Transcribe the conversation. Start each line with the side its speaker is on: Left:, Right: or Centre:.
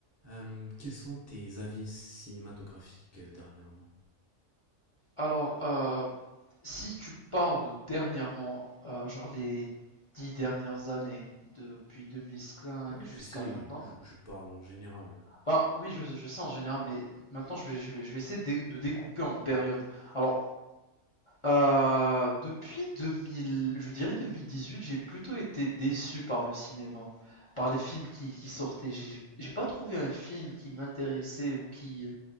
Right: Euh, quels sont tes avis cinématographiques euh, dernièrement?
Left: Alors, euh, si tu parles de dernièrement, euh, genre les dix dernières années, depuis 2005
Right: Oh,
Left: jusqu'à
Right: tu sais,
Left: maintenant,
Right: je, je parle en général.
Left: bah oui, je, je sais en général, mais maintenant je vais, je vais, je vais essayer de, dé- de découper en périodes. Alors, euh, depuis 2000, je dirais 2018, j'ai plutôt été déçu par le cinéma, par les films qui, qui sortaient. J'ai j'ai pas trouvé un film qui m'intéressait ou qui,